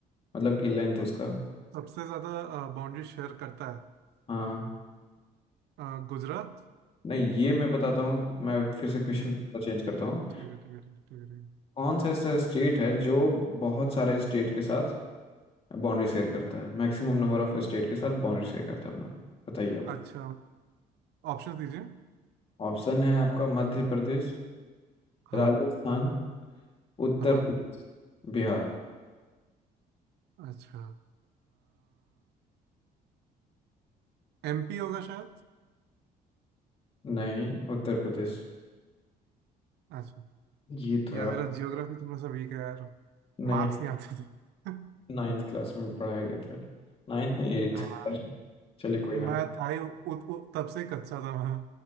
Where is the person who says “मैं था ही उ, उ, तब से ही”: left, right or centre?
Right